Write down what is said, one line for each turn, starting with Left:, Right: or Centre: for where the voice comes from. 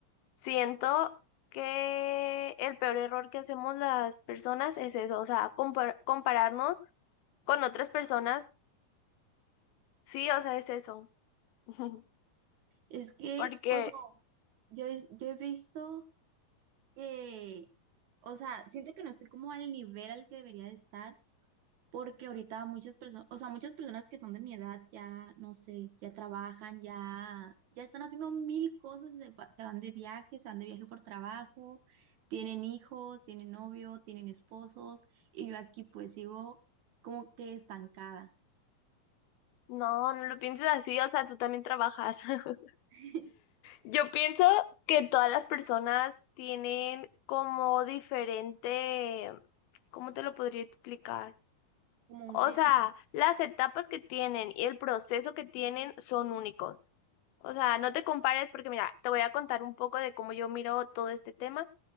Left: Siento que el peor error que hacemos las personas es eso, o sea, compar- compararnos con otras personas, sí, o sea, es eso. <laughs>
Right: Es que,
Left: Porque
Right: o sea, yo he, yo he visto que, o sea, siento que no estoy como al nivel al que debería de estar, porque ahorita muchas personas, o sea, muchas personas que son de mi edad ya, no sé, ya trabajan, ya, ya están haciendo mil cosas, se, va- se van de viaje, se van de viaje por trabajo, tienen hijos, tienen novio, tienen esposos, y yo aquí pues sigo como que estancada,
Left: no, no lo pienses así, o sea, tú también trabajas. <laughs>
Right: <laughs>
Left: Yo pienso que todas las personas tienen como diferente, ¿cómo te lo podría explicar?
Right: como
Left: O
Right: un ritmo.
Left: sea, las etapas que tienen y el proceso que tienen son únicos. O sea, no te compares porque mira, te voy a contar un poco de cómo yo miro todo este tema.